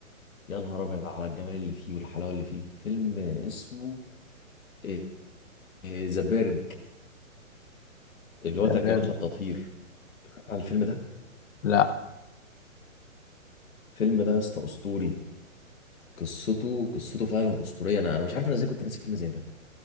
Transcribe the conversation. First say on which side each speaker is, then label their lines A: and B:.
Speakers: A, on the left; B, on the left.
A: يا نهار ابيض على الجمال اللي فيه والحلاوه اللي فيه فيلم اسمه آه، آه، ذا بيرج اللي
B: ده
A: هو ترجمتها
B: بيعمل-
A: التطهير سمعت عن الفيلم ده
B: لا
A: الفيلم ده يا اسطى اسطوري قصته قصته فعلا اسطوريه انا انا مش عارف انا ازاي كنت ناسي فيلم زي ده